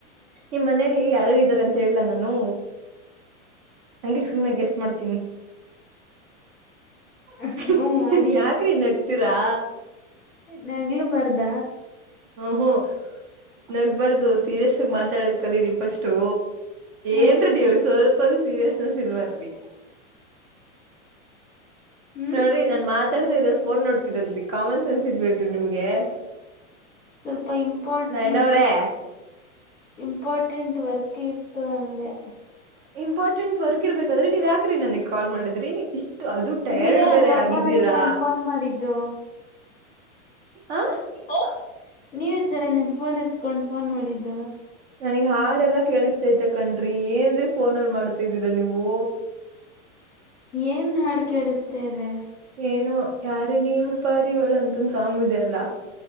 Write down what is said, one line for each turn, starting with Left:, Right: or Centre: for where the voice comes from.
Right: ನಿಮ್ ಮನೆಯಲ್ಲಿ ಯಾರಾರು ಇದ್ದಾರ ಅಂತ ಹೇಳಲಾ ನಾನು. ಹಂಗೆ ಸುಮ್ನೆ ಗೆಸ್ ಮಾಡ್ತೀನಿ..
Left: ಹಾ
Right: ಮಾಡ್ತೀನಿ
Left: ಹು ಮಾಡಿ
Right: ಯಾಕ್ರಿ ನಗ್ತೀರಾ.
Left: ನಗ್ಲು ಬರ್ದ.
Right: ಹ ನಗ್ ಬರ್ದು ಸೀರಿಯಸ್ ಆಗಿ ಮಾತಾಡೋದ ಕಲೀರಿ ಫಸ್ಟು.
Left: ಹ್ಮ್
Right: ಏನ್ರೀ ನೀವ ಸ್ವಲ್ಪನುೂ ಸೀರಿಯಸ್ನೆಸ್ ಇಲ್ವಾರಿ.
Left: ಹ್ಮ್
Right: ನೋಡ್ರಿ ನಾನ್ ಮಾತಾಡತ ಇದ್ರ ಫೋನ್ ನೋಡ್ತೀರಲ್ರಿ ಕಾಮನ್ ಸೆನ್ಸ್ ಇಲ್ವೆನ್ರೀ ನಿಮ್ಗೆ.
Left: ಸ್ವಲ್ಪ ಇಂಪಾರ್ಟೆಂಟ್.
Right: ನಯನ ಅವ್ರೇ
Left: ಇಂಪಾರ್ಟೆಂಟ್ ವರ್ಕ್ ಇತ್ತು ಅಂದೇ.
Right: ಇಂಪಾರ್ಟೆಂಟ್ ವರ್ಕ್ ಇರ್ಬೇಕಾದ್ರಿ ನೀವ ಯಕ್ರಿ ನನಗ್ ಕಾಲ್ ಮಾಡಿದ್ರಿ ಇಷ್ಟು ಅದು ಟಯರ್ಡ್
Left: ನೀವೇ
Right: ಬೇರೆ
Left: ಅಲ್ವಾ
Right: ಆಗಿದ್ದೀರಾ.
Left: ಫೋನ್ ಎತ್ಕೊಂಡು ಫೋನ್ ಮಾಡಿದ್ದು
Right: ಹಾ.
Left: ಓ.... ನೀವ ಹತ್ತರ ನನ್ ಫೋನ್ ಎತ್ಕೊಂಡು ಫೋನ್ ಮಾಡಿದ್ದು.
Right: ನನಗ್ ಹಾಡೆಲ್ಲಾ ಕೇಳಿಸ್ತೈತ ಕಣ್ರಿ ಏನ್ರೀ ಫೋನಲ್ ಮಾಡ್ತಾದ್ದೀರಾ ನೀವು.
Left: ಏನ್ ಹಾಡು ಕೇಳಿಸ್ತ ಇದೆ.
Right: ಏನು ಯಾರೇ ನೀನು ಪಾರಿವಳು ಅಂತಂದು ಸಾಂಗುದ ಅಲ್ಲ.